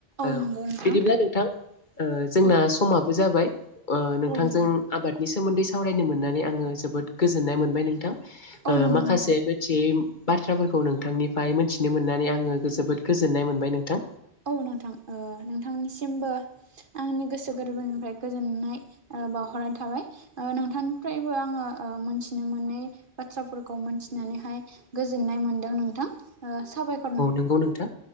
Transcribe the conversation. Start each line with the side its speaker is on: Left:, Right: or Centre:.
Left: औ
Right: नंगौ नोंथां
Left: बिदिब्ला नोंथां ओ जोंना
Right: औ
Left: समाबो जाबाय ओ नोंथांजों
Right: औ नोंथां
Left: आबादनि सोमोन्दै सावरायनो मोननानै आङो जोबोद गोजोन्नाय मोनबाय नोंथां
Right: औ नंगौ
Left: माखासे
Right: नोंथां
Left: मिथियै बाथ्राफोरखौ नोंथांनिफ्राय मोनथिनो मोननानै आङो जोबोद गोजोननाय मोनबाय नोंथां।
Right: औ नोंथां नोंथांनिसिमबो आंनि गोसो गोरबोनिफ्राय गोजोननाय बावहरनाय थाबाय नोंथांनिफ्रायबो आङो मोनथिनो मोनै बाथ्राफोरखौ मोनथिनानैहाय गोजोननाय मोन्दों नोंथां साबायखर नों
Left: नोंगौ नोंथां